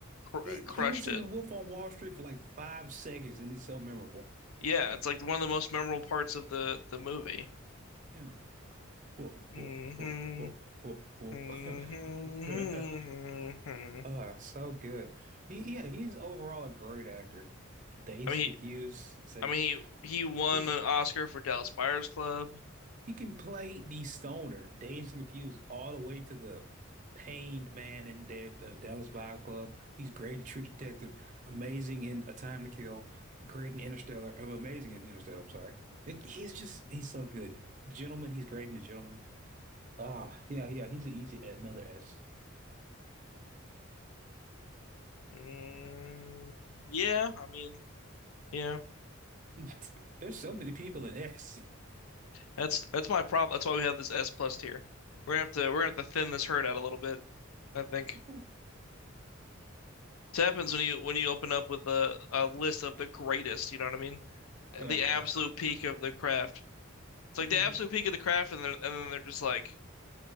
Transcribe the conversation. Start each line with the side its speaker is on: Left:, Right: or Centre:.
Left: cr
Right: It,
Left: crushed
Right: he was in
Left: it.
Right: The Wolf on Wall Street for like five seconds, and it's so memorable.
Left: Yeah, it's like one of the most memorable parts of the the movie.
Right: Yeah. Whoa,
Left: hmm
Right: whoa, whoa, whoa, whoa, whoa.
Left: hmm
Right: <laughs> Uh, so good. He yeah, he is overall a great actor. Dazed
Left: I mean,
Right: and
Left: he,
Right: Confused is like
Left: I mean, he he won
Right: he c-
Left: an Oscar for Dallas Buyers Club.
Right: he can play the stoner, Dazed and Confused, all the way to the pained man in De uh, Dallas Buy Club. He's great in True Detective, amazing in A Time to Kill, great in Interstellar, uh, amazing in Interstellar. I'm sorry. It, he's just he's so good. Gentleman, he's great in The Gentleman. Ah, yeah, yeah, he's an easy another S.
Left: Mm, yeah, I mean, yeah.
Right: <laughs> There's so many people in S.
Left: That's that's my problem. That's why we have this S plus tier. We're gonna have to we're gonna have to thin this herd out a little bit, I think.
Right: <laughs>
Left: It happens when you when you open up with a, a list of the greatest, you know what I mean?
Right: Yeah,
Left: The absolute
Right: yeah.
Left: peak of the craft. It's
Right: hmm
Left: like the absolute peak of the craft and then and then they're just like